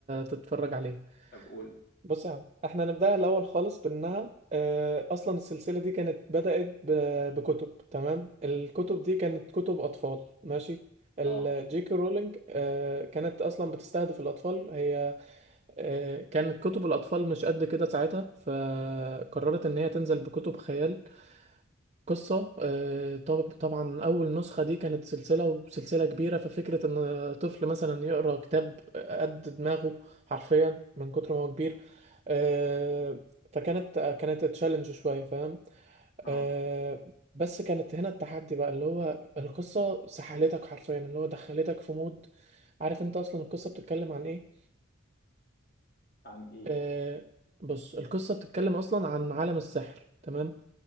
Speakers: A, on the right (about 30°); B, on the left (about 45°).
A: تتفرج عليه
B: طب قول
A: بص يا عم احنا نبدأها الاول خالص بانها آه، اصلا السلسلة دي كانت بدأت ب- بكتب تمام الكتب دي كانت كتب اطفال ماشي الجي
B: اه
A: كي رولينج آه، كانت اصلا بتستهدف الاطفال هي آه، كانت كتب الأطفال مش قد كده ساعتها فقررت إن هي تنزل بكتب خيال قصة آه، طب- طبعا أول نسخة دي كانت سلسلة وسلسلة كبيرة ففكرة إن طفل مثلا يقرأ كتاب قد دماغه حرفيا من كتر ما هو كبير آه، فكانت كانت تشالنج شوية فاهم
B: اه
A: آه، بس كانت هنا التحدي بقى اللي هو القصة سحلتك حرفيا اللي هو دخلتك في مود عارف انت اصلا القصة بتتكلم عن ايه
B: عن ايه
A: آه بص القصة بتتكلم أصلا عن عالم السحر تمام